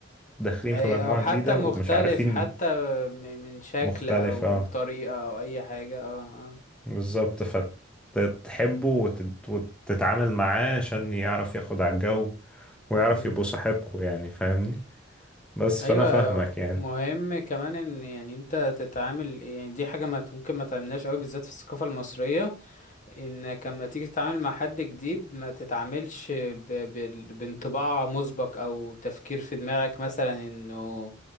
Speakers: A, in the centre; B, on the left (about 40°).
A: داخلين
B: أي-
A: في مجموعة
B: او حتى
A: جديدة
B: مختلف
A: ومش عارفين
B: حتى م- من شكل
A: مختلف
B: او
A: اه
B: طريقة او اي حاجة اه اه
A: بالظبط فتحبه وتت- وتتعامل معاه عشان يعرف ياخد على الجو ويعرف
B: أمم.
A: يبقوا صاحبكوا يعني فاهمني بس
B: ايوه
A: فأنا فاهمك يعني
B: مهم كمان ان يعني انت تتعامل يعني دي حاجة ما ممكن ما تعملناش قوي بالذات في الثقافة المصرية انك لما تيجي تتعامل مع حد جديد ما تتعاملش ب... ب... بانطباع مسبق او تفكير في دماغك مثلا انه